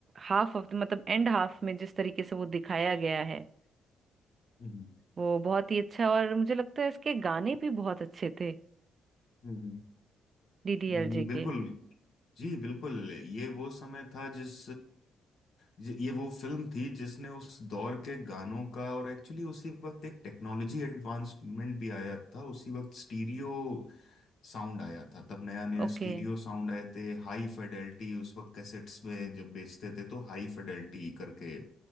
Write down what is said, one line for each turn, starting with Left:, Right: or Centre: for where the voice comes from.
Right: हाफ ऑफ मतलब एंड हाफ में जिस तरीके से वो दिखाया गया है
Left: हम्म
Right: वो बहुत ही अच्छा और मुझे लगता है इसके गाने भी बहुत अच्छे थे
Left: हम्म
Right: डीडीएलजे
Left: हम्म,
Right: के
Left: बिल्कुल जी बिल्कुल ये वो समय था जिस ज- ये वो फिल्म थी जिसने उस दौर के गानों का और एक्चुअली उसी वक्त एक टेक्नोलॉजी एडवांसमेंट भी आया था उसी वक्त स्टीरियो साउंड आया था तब नया नया
Right: ओके
Left: स्टीरियो साउंड आए थे हाई फिडेलिटी उस वक्त कैसेट्स में जब बेचते थे तो हाई फिडेलिटी करके